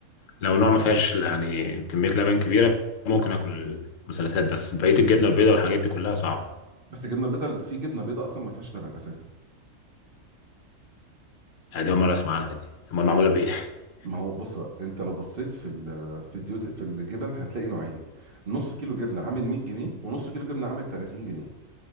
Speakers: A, on the left; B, on the right.
A: لو نوع ما فيهاش يعني كمية لبن كبيرة ممكن آكل مثلثات بس بقية الجبنة البيضاء والحاجات دي كلها صعبة
B: بس الجبنه البيضاء في جبنه بيضاء اصلا ما فيهاش لبن اساسا
A: أنا دي أول مرة أسمع عنها دي أمال معمولة بإيه؟ <laughs>
B: ما هو بص بقى انت لو بصيت في ال- في الزيوت في الجبن هتلاقي نوعين نص كيلو جبنه عامل 100 جنيه ونص كيلو جبنه عامل 30 جنيه